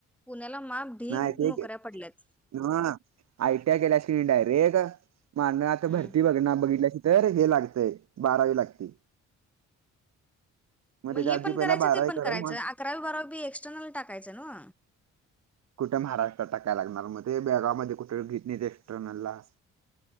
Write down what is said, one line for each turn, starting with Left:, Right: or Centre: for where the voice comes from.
Centre: पुण्याला माप ढीग
Right: माहिती हाय
Centre: नोकऱ्या
Right: की.
Centre: पडल्यात
Right: नव्ह. आय टी आय केल्यासकनी डायरेक मान आता
Centre: हम्म
Right: भरती बघ ना बघितल्याची तर हे लागतय बारावी लागती.
Centre: मग
Right: त्याच्या
Centre: हे
Right: आधी
Centre: पण
Right: पहिला
Centre: करायचं.
Right: बारावी
Centre: ते पण
Right: करेल
Centre: करायचं.
Right: मग
Centre: अकरावी बारावी बी एक्सटर्नल टाकायचं नव.
Right: कुठं महाराष्ट्रात टाकाय लागणार मग ते बेळगाव मध्ये कुठ घेत नाहीत एक्सटर्नलला.